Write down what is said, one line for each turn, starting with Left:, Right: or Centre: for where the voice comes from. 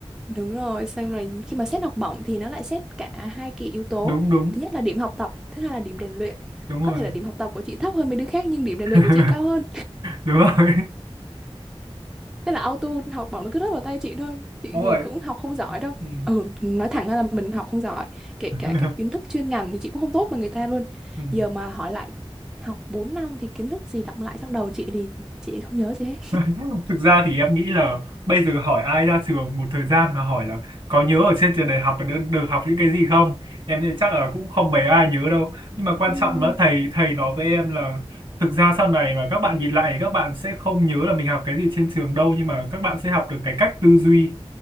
Centre: Đúng rồi, xong rồi khi mà xét học bổng thì nó lại xét cả hai cái yếu tố.
Right: đúng đúng
Centre: Thứ nhất là điểm học tập, thứ hai là điểm rèn luyện.
Right: đúng rồi
Centre: Có thể là điểm học tập của chị thấp hơn mấy đứa khác nhưng điểm rèn luyện
Right: <laughs>
Centre: của chị cao hơn.
Right: đúng rồi
Centre: Thế là auto học bổng nó cứ rớt vào tay chị thôi. Chị
Right: đúng rồi
Centre: thì cũng học không giỏi đâu.
Right: ừ.
Centre: Ừ, nói thẳng ra là mình học không giỏi. Kể
Right: <laughs>
Centre: cả các kiến thức chuyên ngành thì chị cũng không tốt bằng người ta luôn.
Right: Ừ.
Centre: Giờ mà hỏi lại học 4 năm thì kiến thức gì đọng lại trong đầu chị thì chị không nhớ gì hết.
Right: <laughs> thực ra thì em nghĩ là bây giờ hỏi ai ra trường một thời gian mà hỏi là có nhớ ở trên trường đại học được, được học những cái gì không em nghĩ chắc là cũng không mấy ai nhớ đâu nhưng mà quan
Centre: Ừm,
Right: trọng là thầy thầy nói với em là thực ra sau này mà các bạn nhìn lại các bạn sẽ không nhớ là mình học cái gì trên trường đâu nhưng mà các bạn sẽ học được cái cách tư duy